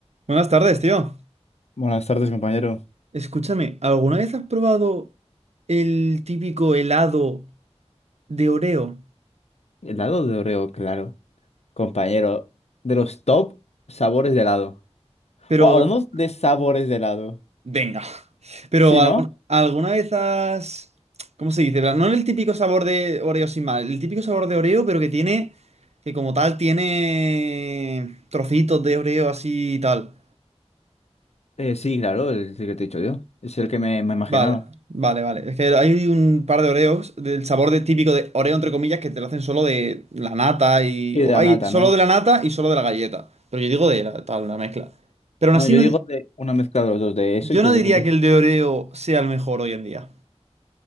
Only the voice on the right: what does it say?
Buenas tardes, tío.
Escúchame, ¿alguna vez has probado el típico helado de Oreo?
Pero,
venga, pero
algu-
¿alguna vez has... ¿Cómo se dice? No el típico sabor de Oreo sin mal, el típico sabor de Oreo, pero que tiene, que como tal tiene trocitos de Oreo así y tal.
Vale, vale, vale. Es que hay un par de Oreos del sabor de, típico de Oreo, entre comillas, que te lo hacen solo de la nata y...
o
hay
solo
de la nata y solo de la galleta. Pero yo digo de la, tal, una mezcla. Pero aún
así,
no,
di-
yo
no
diría que el de Oreo sea el mejor hoy en día.